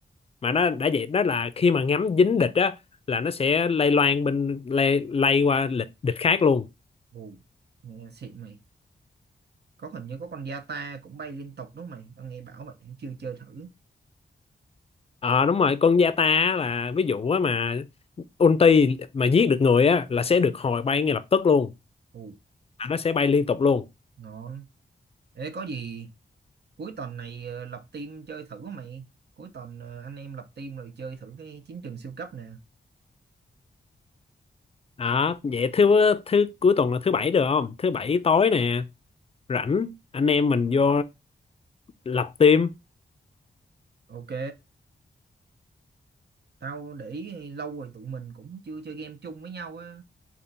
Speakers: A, on the left; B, on the right.
A: mà nó đã vậy đó là khi mà ngắm dính địch á là nó sẽ lây loan bên lây, lây qua lịch địch khác luôn
B: Ồ. nghe xịn mày có hình như có con Yata cũng bay liên tục đúng không mày tao nghe bảo vậy chưa chơi thử
A: ờ đúng rồi con Yata á là ví dụ á mà ulti mà giết được người á là sẽ được hồi bay ngay lập tức luôn
B: Ồ.
A: À, nó sẽ bay liên tục luôn
B: ngon ê có gì cuối tuần này ờ, lập team chơi thử mày cuối tuần ờ, anh em lập team rồi chơi thử cái chiến trường siêu cấp nè
A: đó vậy thứ thứ cuối tuần là thứ bảy được không thứ bảy tối nè rảnh anh em mình vô lập team
B: ok tao để ý lâu rồi tụi mình cũng chưa chơi game chung với nhau á